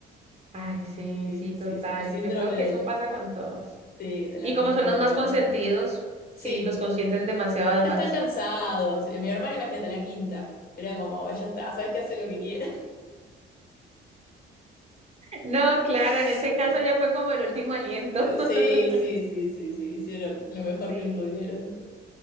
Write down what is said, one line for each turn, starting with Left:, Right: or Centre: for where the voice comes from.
Right: Ay, sí,
Left: Sí,
Right: sí,
Left: sí,
Right: total.
Left: sí, el síndrome
Right: Yo creo que
Left: del,
Right: eso pasa con todos.
Left: sí, del
Right: Y
Left: hermano
Right: como son
Left: menor.
Right: los más consentidos,
Left: Sí,
Right: sí, los consienten demasiado además.
Left: ya están cansados. Y Mi hermana, imagínate, la quinta. Era como, ya está, sabes que hace lo que quiera.
Right: No,
Left: <laughs>
Right: claro, en ese caso ya fue como el último aliento. <laughs>
Left: Sí, sí, sí, sí, sí, hicieron lo mejor
Right: Sí,
Left: que pudieron.